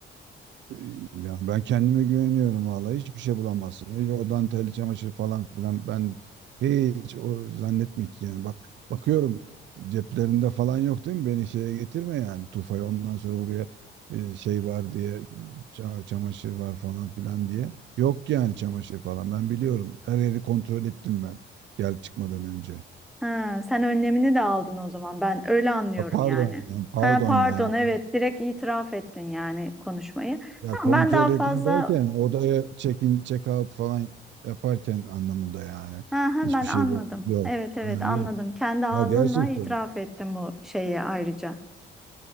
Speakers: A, on the right; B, in the centre.
A: Ee, Ya ben kendime güveniyorum vallahi hiçbir şey bulamazsın. Hiç o dantel çamaşır falan filan ben hiç o zannetmiyorum ki yani bak bakıyorum ceplerinde falan yok değil mi? Beni şeye getirme yani tufaya ondan sonra buraya e, şey var diye ça- çamaşır var falan filan diye. Yok yani çamaşır falan ben biliyorum her yeri kontrol ettim ben gel çıkmadan önce.
B: Ha, sen önlemini de aldın o zaman. Ben öyle anlıyorum
A: Ha, pardon
B: yani.
A: yani pardon
B: Ha, pardon
A: yani
B: evet direkt itiraf ettin yani konuşmayı.
A: Ya
B: Tamam
A: kontrol
B: ben daha fazla
A: edin derken odaya check-in, check-out falan yaparken anlamında yani.
B: Ha, ha,
A: Hiçbir
B: ben
A: şey
B: anladım.
A: yok. Yok.
B: Evet evet
A: Ha,
B: anladım.
A: yok.
B: Kendi ağzınla
A: Ya gerçekten.
B: itiraf ettin bu şeyi ayrıca.